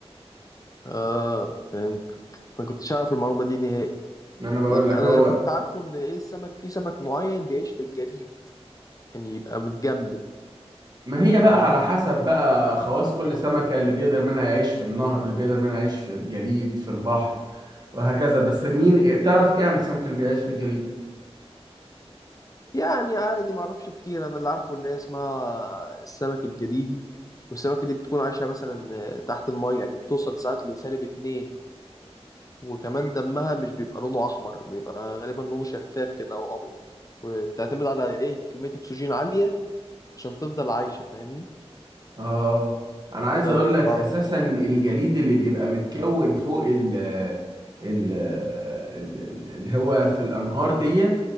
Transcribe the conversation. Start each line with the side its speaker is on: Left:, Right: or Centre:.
Left: آه، فهمت أنا كنتش أعرف المعلومة دي نهائي
Right: إن أنا بقول
Left: أنا
Right: لك هو
Left: اللي كنت عارفه إن إيه السمك في سمك معين بيعيش في الجليد يعني يبقى متجمد
Right: ما هي بقى
Left: يعني
Right: على حسب بقى خواص كل سمكة اللي بيقدر منها يعيش في النهر اللي بيقدر منها يعيش في الجليد في البحر وهكذا بس مين تعرف إيه عن السمك اللي بيعيش في الجليد؟
Left: يعني عادي ما اعرفش كتير انا اللي عارفه ان هي اسمها السمك الجليدي والسمكه دي بتكون عايشه مثلا تحت الماء يعني بتوصل ساعات لسالب اتنين وكمان دمها مش بيبقى لونه احمر بيبقى غالبا لونه شفاف كده او ابيض وبتعتمد على ايه كميه اكسجين عاليه عشان تفضل عايشه فاهمني
Right: اه انا عايز
Left: ده
Right: اقول
Left: اللي كنت
Right: لك
Left: اعرفه
Right: اساسا الجليد اللي بيبقى متكون فوق ال ال ال- ال- اللي هو في الانهار دي